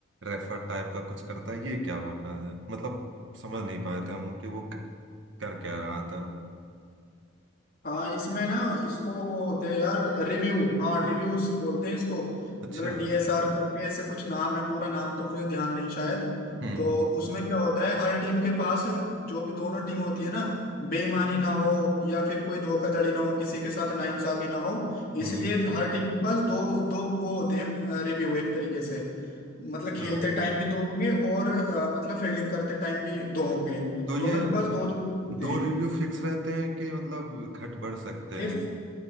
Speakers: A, on the right; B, on the left.
A: रेफर टाइप का कुछ करता है ये क्या होता है मतलब समझ नहीं पाए थे हम कि वो क- कर क्या रहा था
B: हाँ इसमें ना इसको वो होते हैं यार रिव्यू हाँ रिव्यूज बोलते हैं इसको
A: अच्छा
B: मतलब डीएसआर करके ऐसे कुछ नाम है पूरा नाम तो मुझे ध्यान नहीं शायद
A: हम्म
B: तो उसमें क्या होता है हर टीम के पास जो भी दोनों टीम होती है ना बेईमानी ना हो या फिर कोई धोखाधड़ी ना हो किसी के साथ नाइंसाफी ना हो इसलिए
A: हम्म
B: हर टीम के पास दो दो वो होते हैं रिव्यू एक तरीके से मतलब
A: अच्छा
B: खेलते टाइम भी दो होंगे और अ, मतलब फील्डिंग करते टाइम भी दो होंगे
A: तो ये
B: दोनों के पास दो दो होते
A: दो
B: हैं
A: रिव्यू फिक्स रहते हैं कि मतलब घट बढ़ सकते
B: ये
A: हैं